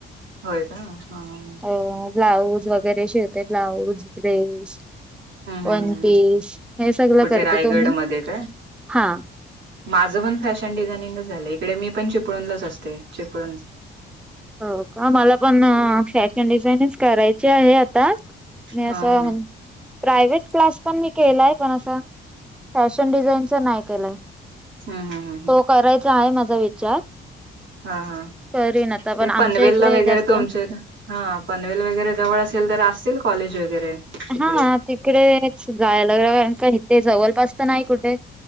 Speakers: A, on the right; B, in the centre.
A: होय का ह.
B: अ ब्लाऊज वगैरे शिवते ब्लाऊज, ड्रेस
A: हम्म
B: वन पीस हे सगळ
A: कुठे
B: करते.
A: रायगड
B: तुम्ही,
A: मध्ये काय
B: हा.
A: माझं पण फॅशन डिझायनिंगच झालं. इकडे मी पण चिपळणलाच असते चिपळून.
B: हो का, मला पण फॅशन डिझाईनिच करायची आहे आता. म्या
A: हा
B: सावन
A: हा
B: प्रायव्हेट क्लास पण मी केलाय पण असा. फॅशन डिझाईनचा नाही केलाय.
A: हम्म हम्म हम्म हम्म
B: तो करायचा आहे माझा विचार.
A: हा हा,
B: करीन आता
A: ते
B: पण आमच्या
A: पनवेलला
B: इकडे
A: वगैरे
B: जास्त
A: तुमचे हा पनवेल वगैरे जवळ असेल तर असतील कॉलेज वगैरे. तिकडे
B: हा तिकडेच जाय लागेल. कारण का इथे जवळपास तर नाही कुठे.